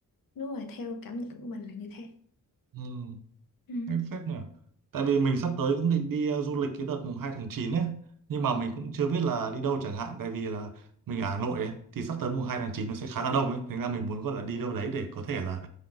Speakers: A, on the left (about 80°); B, on the right (about 75°).
A: đúng rồi theo cảm nhận của mình là như thế
B: Ừ.
A: Ừm.
B: Hay phết nhỉ. Tại vì mình sắp tới cũng định đi ờ, du lịch cái đợt mùng 2 tháng 9 ấy, nhưng mà mình cũng chưa biết là đi đâu chẳng hạn tại vì là mình ở Hà Nội ấy thì sắp tới mùng 2 tháng 9 nó sẽ khá là đông ấy, Thế Nên là mình muốn gọi là đi đâu đấy để có thể là